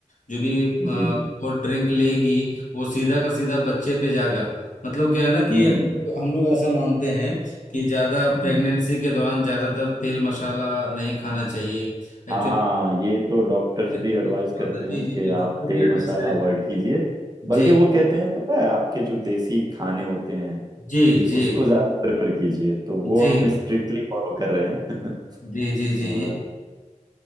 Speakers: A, on the left; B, on the right.
A: जो भी आ,
B: जी जी
A: वो ड्रिंक लेगी वो सीधा का सीधा बच्चे पे जाएगा मतलब क्या है ना कि
B: हम्म
A: हम
B: हम्म
A: लोग हम लोग ऐसा मानते हैं कि ज्यादा
B: हम्म
A: प्रेगनेंसी
B: हम्म।
A: के दौरान ज्यादातर तेल मसाला नहीं खाना चाहिए एक्चुअली
B: हाँ ये तो डॉक्टर्स
A: <laughs>
B: भी एडवाइस करते
A: जी
B: हैं कि
A: जी जी
B: आप
A: डॉक्टर
B: तेल
A: भी एडवाइस
B: मसाला
A: करेंगे
B: अवॉइड कीजिए बल्कि
A: जी
B: वो कहते हैं पता है आपके जो देसी खाने होते हैं
A: जी जी
B: उसको ज्यादा प्रेफर कीजिए तो वो
A: जी
B: हम स्ट्रिक्टली फॉलो कर रहे हैं <laughs>
A: जी जी जी
B: और
A: ये